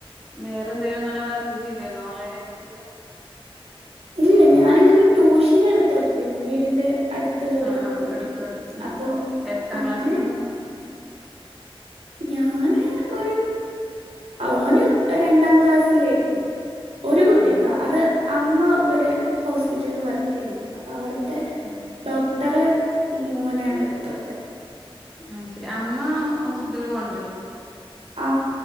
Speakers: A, in the centre; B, on the right.
A: വേറെന്തേലും ഇങ്ങനെ വർക്ക് ചെയ്തയാരുന്നു ഓൺലൈനായിട്ടി ല്ലല്ലോ
B: ഇല്ലില്ല ഞാനിങ്ങനെ ട്യൂഷൻ എടുത്ത് കൊടുത്തിന്നു വീടിന്റെ അടുത്തുള്ള ഒരു
A: ആഹ് ആഹ്
B: കുട്ടിക്ക്
A: എടുത്തോട് ആഹ്
B: അപ്പൊ
A: ശരി എത്രാം
B: അങ്ങനെ
A: ക്ലാസ്സൊക്കെ എടുക്കാ
B: ഞാന് ഒരു ഓന് രണ്ടാം ക്ലാസ്സിലായിരുന്നു ഒരു കുട്ടിക്കാ
A: ആഹ്
B: അത് അമ്മ ഇവിടെ ഹോസ്പിറ്റലിൽ വർക്ക് ചെയ്യണ്ട് അപ്പൊ അവിടെ ത്തെ
A: ആഹ്
B: ഡോക്ടറെ മോനാണ് എടുത്തൊടുത്ത
A: ആ ശരി അമ്മ ഹോസ്പിറ്റലിൽ പോണ്ട്
B: ആ